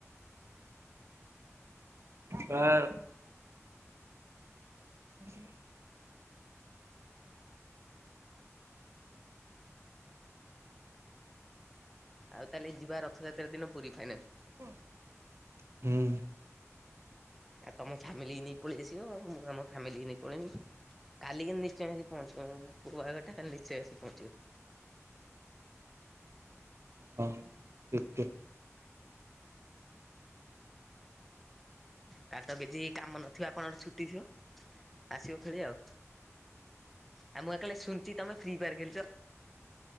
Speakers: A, on the right; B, in the centre.
A: ହାଁ। ହ
B: ଆଉ ତାହେଲେ ଯିବା ରଥଯାତ୍ରାର ଦିନ ପୁରୀ ଫାଇନାଲ।
A: ହୁଁ।
B: ଆଉ ତମ ଫ୍ୟାମିଲି ନେଇ ପଳେଇ ଆସିବ। ଆଉ ମୁଁ ଆମ ଫ୍ୟାମିଲି ନେଇ ପଳେଇବି। କାଲି ନିଶ୍ଚୟ ଆସି ପହଞ୍ଚିବ, ବାରଟା ନିଶ୍ଚୟ ଆସି ପହଞ୍ଚିବ।
A: ହଁ, ଦେଖିଆ।
B: କାଲି ତ କିଛି କାମ ନଥିବ ଆପଣଙ୍କର ଛୁଟି ଥିବ? ଆସିବ ଖେଳି ଆଉ। ଆଉ ମୁଁ ବା କାଳେ ଶୁଣିଛି ତମେ ଫ୍ରି ଫାୟାର ଖେଳୁଛ?